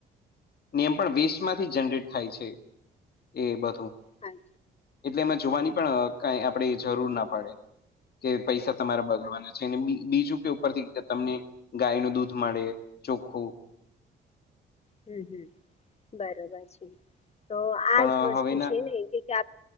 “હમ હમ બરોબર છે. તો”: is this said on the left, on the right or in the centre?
Left